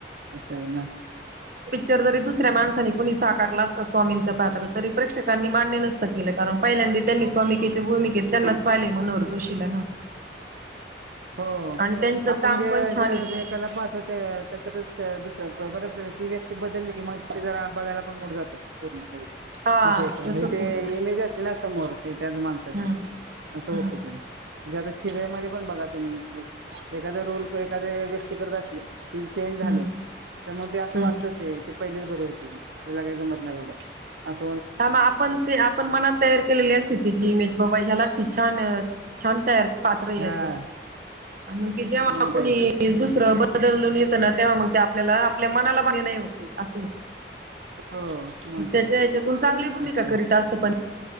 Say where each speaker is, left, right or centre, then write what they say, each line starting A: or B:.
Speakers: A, on the right (about 80°); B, on the right (about 50°).
A: अस आहे ना
B: जर जरी दुसऱ्या माणसानी कुणी साकारला असता स्वामींचं पात्र तरी प्रेक्षकांनी मान्य नसत केलं कारण पहिल्यांदी त्यांनी स्वामीकीच्या भूमिकेत त्यांनाच पाहिलेय मनोहर जोशीला ना
A: हो हो
B: आणि त्यांचं
A: आपण
B: काम
A: जे
B: पण छान
A: जे
B: आहे.
A: एकाला पाहतो ते त्याच्यातच दुस बरच ती व्यक्ती बदलली की मग सगळा बघायला पण मूड जातो पूर्ण लगेच
B: हा
A: असं होतं
B: तसच
A: म्हणजे ते
B: होतं.
A: इमेज असत न समोर ते त्याच माणसाचे
B: हम्म
A: असं
B: हम्म
A: होत ते म्हणजे आता सिरियल मध्ये पण बघा तुम्ही बी एखादा रोल एखादा व्यक्ती करत असली ती चेंज झाली
B: हम्म
A: तर मग ते असं
B: हम्म.
A: वाटत ते पहिलीच बरी होती हिला काय जमत नाही एवढ अस
B: हा मग आपण ते आपण मनात तयार केलेली असती तिची इमेज बाबा ह्यालाच ही छान छान तयार पात्र आहे याचं
A: हा
B: आण मग ते जेव्हा
A: मग
B: कुणी
A: काय तर
B: दुसरं बदलून येतं ना तेव्हा मग ते आप आपल्याला आपल्या मनाला बरे नाही होत असं होत
A: हो मग
B: त्याच्या
A: काय तर
B: हेच्यातून चांगली भूमिका
A: असं आहे.
B: करीत असतो पण